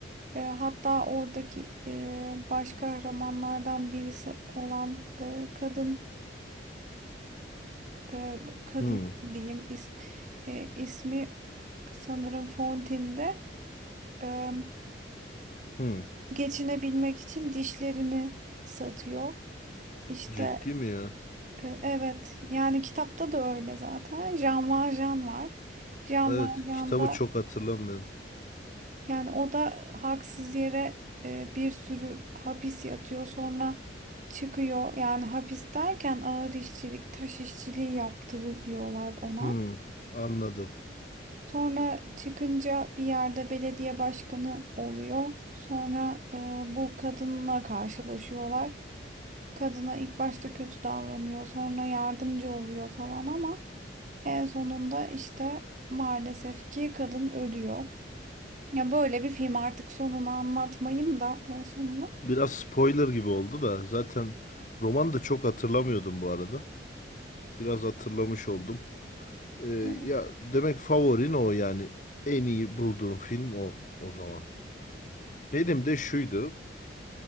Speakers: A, on the right (about 40°); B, on the left (about 40°).
A: E, hatta oradaki e, baş kahramanlardan birisi olan e, kadın e, kadın
B: Hmm.
A: diyeyim is, e, ismi sanırım Fontaine'de e,
B: Hmm.
A: geçinebilmek için dişlerini satıyor. İşte
B: Ciddi mi ya?
A: e, evet yani kitapta da öyle zaten. Jean Valjean var. Jean
B: Evet,
A: Valjean'da
B: kitabı çok hatırlamıyorum.
A: Yani o da haksız yere e, bir sürü hapis yatıyor. Sonra çıkıyor. Yani hapis derken ağır işçilik, taş işçiliği yaptırıyorlar ona.
B: Hmm. Anladım.
A: Sonra çıkınca bir yerde belediye başkanı oluyor. Sonra e, bu kadınla karşılaşıyorlar. Kadına ilk başta kötü davranıyor. Sonra yardımcı oluyor falan ama en sonunda işte maalesef ki kadın ölüyor. Ya böyle bir film artık sonunu anlatmayayım da en sonunu.
B: Biraz spoiler gibi oldu da zaten roman da çok hatırlamıyordum bu arada. Biraz hatırlamış oldum. Ee,
A: Evet.
B: ya demek favorin o yani en iyi bulduğum film o o zaman. Benim de şuydu.